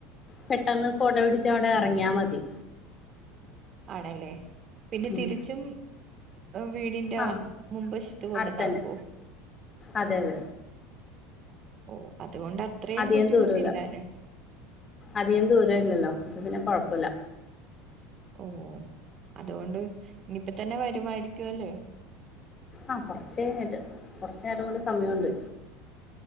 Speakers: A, on the left; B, on the right.
A: പെട്ടെന്ന് കൊട പിടിച്ചവടെ എറങ്യാ മതി
B: ആണ് ല്ലേ പിന്നെ
A: ഉം
B: തിരിച്ചും വീടിന്റെ
A: ആ
B: മുമ്പശത്ത് കൊണ്ടന്നാക്കോ
A: അടുത്തന്നെ അതെ അതെ
B: ഓ അതുകൊണ്ട് അത്രേം
A: അധികം
B: ബുദ്ധിമുട്ടില്ല
A: ദൂരമില്ല
B: ല്ലേ
A: അധികം ദൂരല്ലല്ലോ അപ്പൊ പിന്നെ കൊഴപ്പല്ല
B: ഓ അതോണ്ട് ഇനിയിപ്പ തന്നെ വരുമായിരിക്കും അല്ലേ
A: ആ കൊർച്ചയ്ഞ്ട്ട് കൊർച്ചേരം കൂടെ സമയുണ്ട്